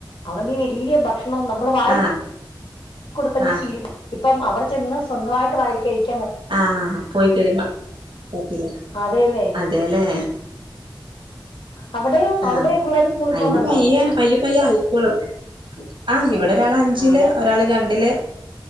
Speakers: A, on the left; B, on the right.
A: അവന് വല്യ ഭക്ഷണ ണം നമ്മൾ വായിൽ
B: ആഹ്
A: കൊടുത്തന്നെ
B: ആഹ്
A: ശീലി ഇപ്പം അവിടെ ചെന്ന് സ്വന്തമായിട്ട് വാരി കഴിക്ക
B: ആഹ് പോയി കഴിമ്പ <unintelligible>
A: അതേലേ
B: അതേല്ലേ
A: അവിടെയോ
B: ആഹ്
A: അവിടെ പിള്ളേര് സ്കൂളിൽ
B: അയിനി
A: പോന്നുണ്ടോ
B: പയ്യേ പയ്യേ പയ്യേ ആയിക്കോളും ആഹ് ഇവിടെ ഒരാള് അഞ്ചില്
A: അതെ
B: ഒരാള് രണ്ടില്